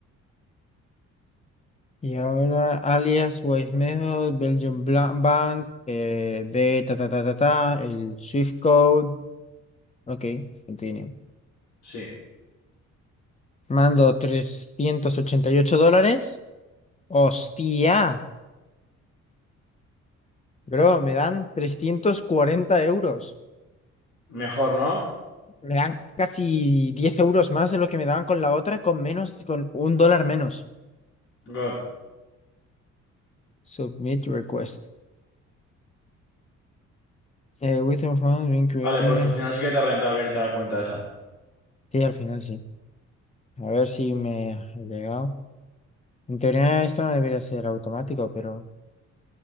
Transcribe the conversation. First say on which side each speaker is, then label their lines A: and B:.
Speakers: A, on the left (about 20°); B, on the left (about 70°).
A: Y ahora alias, Wise Method, Belgium Bla- Bank, eh, de ta ta ta ta ta, el Swift Code. Ok, continue.
B: Sí,
A: Mando 388 dólares. Hostia, bro, me dan 340 euros.
B: mejor, ¿no?
A: Me dan casi diez euros más de lo que me daban con la otra, con menos, con un dólar menos.
B: God.
A: Submit request. Eh, within funds being created.
B: Vale, pues al final sí que te renta abrirte la cuenta esa.
A: Sí, al final sí. A ver si me ha llegado. En teoría esto no debería ser automático, pero